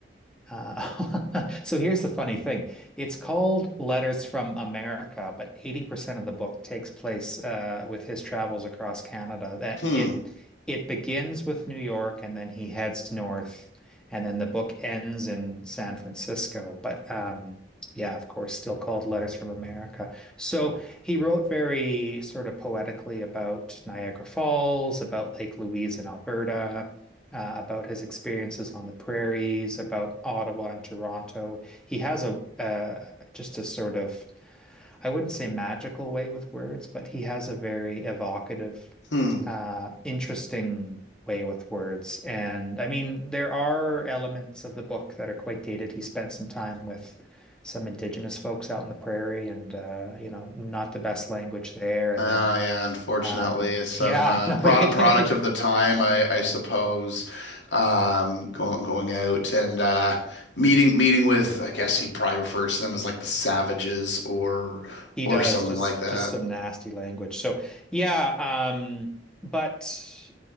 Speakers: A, in the centre; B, on the left.
A: Uh, <laughs> so here's the funny thing. It's called Letters from America, but 80% of the book takes place uh, with his travels across Canada. That
B: Hmm.
A: it it begins with New York and then he heads north and then the book ends in San Francisco. But um, yeah, of course, still called Letters from America. So he wrote very sort of poetically about Niagara Falls, about Lake Louise in Alberta, uh, about his experiences on the prairies, about Ottawa and Toronto. He has a uh, just a sort of, I wouldn't say magical way with words, but he has a very evocative,
B: Hmm.
A: uh, interesting way with words. And I mean, there are elements of the book that are quite dated. He spent some time with some indigenous folks out in the prairie and uh, you know, not the best language there. And
B: Uh,
A: then
B: yeah, unfortunately,
A: um
B: it's some
A: yeah,
B: uh,
A: <laughs> no,
B: product
A: it,
B: product
A: it
B: of the time, I I suppose. Um, going going out and uh, meeting meeting with, I guess he probably refers to them as like the savages or
A: He
B: or
A: does
B: something
A: just
B: like that.
A: just some nasty language. So yeah, um, but